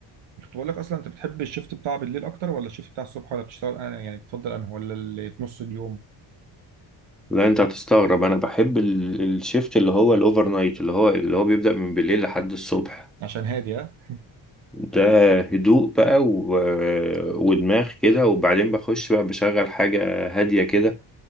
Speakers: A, on the right; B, in the centre.
A: كنت بقول لك اصلا انت بتحب الشيفت بتاع بالليل اكتر ولا الشيفت بتاع الصبح ولا بتشتغل انا يعني بتفضل انهي ولا اللي في نص اليوم
B: لا انت هتستغرب انا بحب ال- الشيفت اللي هو الاوفر نايت اللي هو اللي هو بيبدأ من بالليل لحد الصبح
A: عشان هادي ها
B: ده هدوء بقى و... ودماغ كده وبعدين بخش بقى بشغل حاجة هادية كده